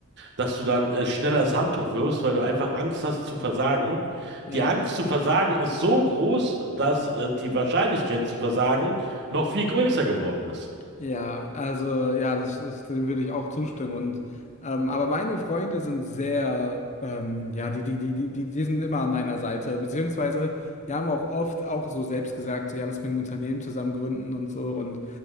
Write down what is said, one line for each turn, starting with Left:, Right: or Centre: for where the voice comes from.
Right: dass du dann äh, schneller das Handtuch wirfst, weil du einfach Angst hast zu versagen.
Left: Ja.
Right: Die Angst zu versagen ist so groß, dass äh, die Wahrscheinlichkeit zu versagen noch viel größer geworden ist.
Left: Ja, also ja, das, das, dem würde ich auch zustimmen. Und ähm, aber meine Freunde sind sehr, ähm, ja, die, die, die, die, die die sind immer an meiner Seite, beziehungsweise die haben auch oft auch so selbst gesagt, so ja, lass mal ein Unternehmen zusammen gründen und so. Und